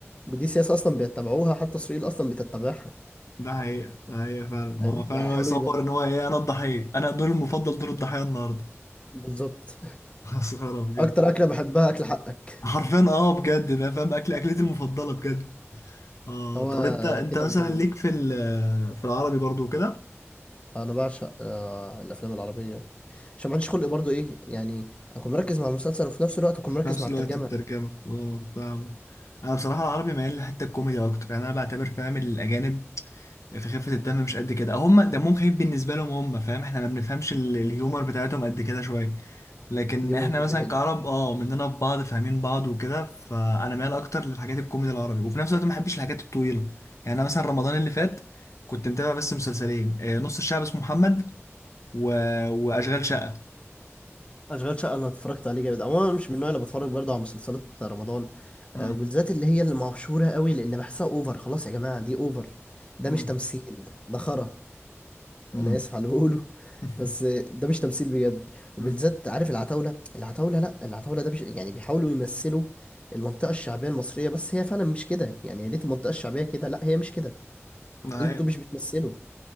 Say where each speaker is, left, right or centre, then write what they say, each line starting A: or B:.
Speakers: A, on the left; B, on the left.
A: ودي سياسه اصلا بيتبعوها حتى اسرائيل اصلا بتتبعها
B: ده حقيقة ده حقيقة فعلا
A: فاهم
B: ما هو فعلا
A: بيحاولوا
B: هو يصور
A: يبين
B: ان هو ايه انا الضحية انا دور المفضل دور الضحية النهارده
A: بالظبط
B: <laughs> مسخرة بجد
A: اكتر اكله بحبها اكل حقك
B: حرفيا اه بجد ده فاهم اكل اكلتي المفضلة بجد اه
A: هو
B: طب انت انت
A: كده
B: مثلا
A: من زمان
B: ليك في ال- في العربي برضو كده
A: انا بعشق آه الافلام العربيه عشان ما عنديش خلق برضو ايه يعني اكون مركز مع المسلسل وفي نفس الوقت اكون
B: وفي
A: مركز
B: نفس
A: مع الترجمه
B: الوقت الترجمة اه فاهم انا بصراحة العربي مايل لحتة الكوميدي اكتر يعني انا بعتبر فاهم الاجانب في خفة الدم مش قد كده هم دمهم خفيف بالنسبة لهم هم فاهم احنا ما بنفهمش ال- الهيومر بتاعتهم قد كده شوية لكن
A: دي ممكن
B: احنا مثلا
A: دي حقيقه
B: كعرب اه مننا في بعض فاهمين بعض وكده فانا مايل اكتر للحاجات الكوميدي العربي وفي نفس الوقت ما بحبش الحاجات الطويلة يعني انا مثلا رمضان اللي فات كنت متابع بس مسلسلين آه، نص الشعب اسمه محمد و... واشغال شقة
A: اشغال شقه انا اتفرجت عليه جامد عموما أنا مش من النوع اللي بتفرج برضه على مسلسلات رمضان
B: مم.
A: آه، وبالذات اللي هي اللي مشهوره قوي لان بحسها اوفر خلاص يا جماعه دي اوفر ده
B: مم.
A: مش تمثيل ده خرا
B: مم.
A: انا اسف على اللي بقوله
B: <laughs>
A: بس آه، ده مش تمثيل بجد وبالذات
B: مم.
A: عارف العتاوله العتاوله لا العتاوله ده بش... يعني بيحاولوا يمثلوا المنطقه الشعبيه المصريه بس هي فعلا مش كده يعني يا ريت المنطقه الشعبيه كده لا هي مش كده
B: ده حقيقة
A: انتوا مش بتمثلوا